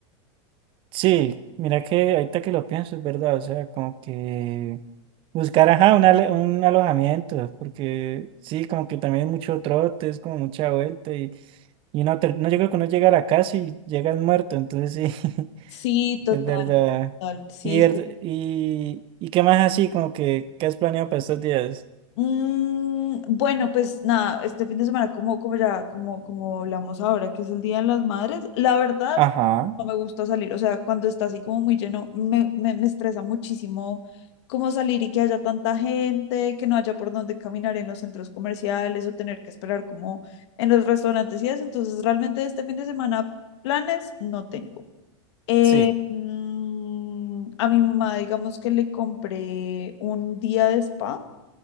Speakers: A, on the right; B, on the left.
A: Sí, mira que ahorita que lo pienso, es verdad, o sea, como que buscar, ajá, un, ale- un alojamiento, porque sí, como que también es mucho trote, es como mucha vuelta y, y no, no llega que uno llega a la casa y llegas muerto, entonces sí,
B: Sí,
A: <laughs>
B: total,
A: es verdad.
B: total, sí,
A: Y, verd-
B: sí.
A: y, y qué más así, como que, ¿qué has planeado para estos días?
B: Mm, bueno, pues nada, este fin de semana, como, como ya, como, como hablamos ahora, que es el Día de las Madres, la verdad
A: Ajá,
B: no me gusta salir, o sea, cuando está así como muy lleno, me, me, me estresa muchísimo como salir y que haya tanta gente, que no haya por dónde caminar en los centros comerciales o tener que esperar como en los restaurantes y eso, entonces realmente este fin de semana planes no tengo. Eh,
A: sí,
B: mm, a mi mamá, digamos que le compré un día de spa